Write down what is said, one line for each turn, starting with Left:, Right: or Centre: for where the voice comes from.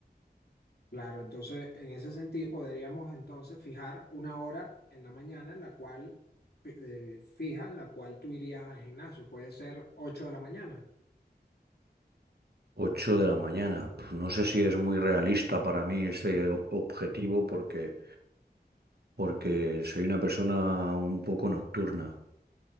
Left: Claro, entonces en ese sentido podríamos entonces fijar una hora en la mañana en la cual, fi- eh, fija en la cual tú irías al gimnasio. Puede ser 8 de la mañana.
Right: ocho de la mañana. Pf, No sé si es muy realista para mí ese o- objetivo porque, porque soy una persona un poco nocturna.